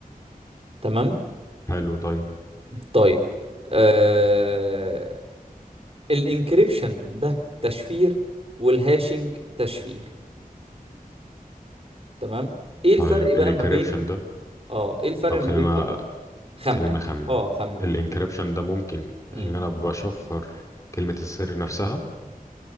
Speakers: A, on the right (about 40°); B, on the left (about 20°).
A: تمام
B: حلو طيب
A: طيب آه... الانكريبشن ده تشفير والهاشing تشفير تمام ايه الفرق
B: طيب
A: بقى
B: الانكريبشن
A: ما بين
B: ده
A: اه ايه الفرق
B: طب
A: ما
B: خلينا
A: بين ده وده خمن
B: خلينا أخمن
A: اه خمن
B: الانكريبشن ده ممكن
A: مم.
B: إن أنا بشفر كلمة السر نفسها